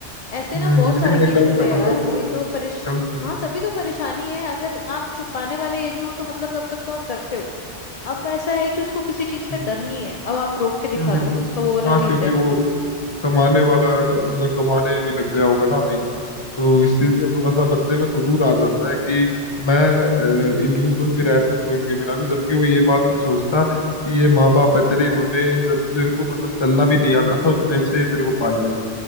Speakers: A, on the left; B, on the left.
A: ऐसे
B: हम्म
A: ना बहुत
B: लेकिन
A: सारे केसेस
B: ये गलत
A: है
B: है ना
A: यार
B: गलत
A: वही
B: है
A: तो परेश
B: गलत है
A: हाँ तभी तो परेशानी है अगर आप छुपाने वाले एज में हो तो मतलब तब तक तो आप डरते हो अब ऐसा है कि उसको किसी चीज का
B: हम्म
A: डर नहीं है अब आप रोक के दिखा
B: हम्म हम्म,
A: दो
B: हम्म।
A: उसका वो वाला
B: हाँ
A: चीज
B: क्योंकि
A: है
B: वो कमाने वाला क- मतलब कमाने भी लग गया होगा ना अभी तो
A: हम्म।
B: इस चीज में थोड़ा सा बंदे में गुरूर आ जाता है कि मैं इंडिविजुअल भी रह सकता हूँ इनके बिना भी जबकि वो ये बात नहीं सोचता कि ये माँ बाप है तेरे इन्होंने जब तेरे को मतलब चलना भी नहीं आता था उस टाइम से ये तेरे को पाल रहे हैं